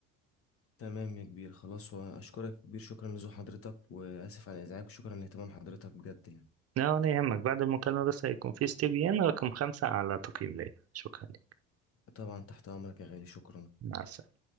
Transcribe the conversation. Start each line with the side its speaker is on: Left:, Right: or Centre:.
Left: تمام يا كبير خلاص واشكرك يا كبير شكرا لزو حضرتك واسف على ازعاجك وشكرا لاهتمام حضرتك بجد يعني
Right: لا ولا يهمك بعد المكالمة بس هيكون في استبيان رقم خمسة أعلى تقييم ليا شكرا لك
Left: طبعا تحت أمرك يا غالي شكرا
Right: مع السلامة